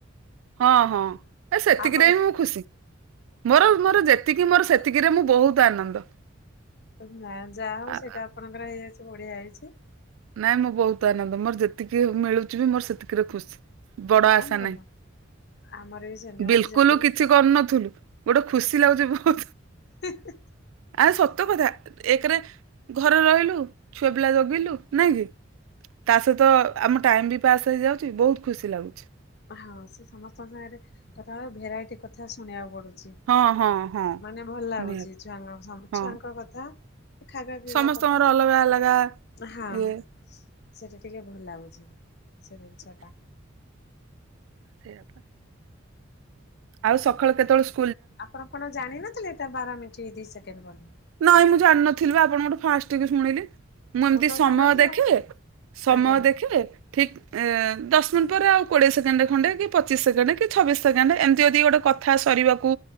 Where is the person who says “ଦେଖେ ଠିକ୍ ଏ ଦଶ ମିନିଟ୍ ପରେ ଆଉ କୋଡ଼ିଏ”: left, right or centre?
Right